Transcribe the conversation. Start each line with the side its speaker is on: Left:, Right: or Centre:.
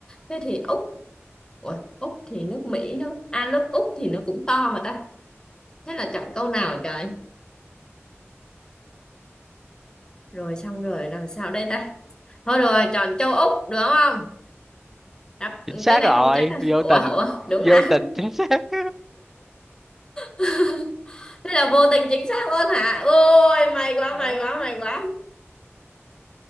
Left: thế thì Úc Ủa, Úc thì nước Mỹ nó à nước Úc thì nó cũng to mà ta thế là chọn câu nào trời rồi xong rồi làm sao đây ta thôi rồi chọn châu Úc đúng không Đáp-
Centre: chính
Left: ừ,
Centre: xác
Left: cái này
Centre: rồi
Left: không chắc
Centre: vô
Left: ủa
Centre: tình
Left: ủa đúng à
Centre: vô tình chính xác <laughs>
Left: <laughs> thế là vô tình chính xác luôn hả ôi may quá
Centre: Đó.
Left: may quá may quá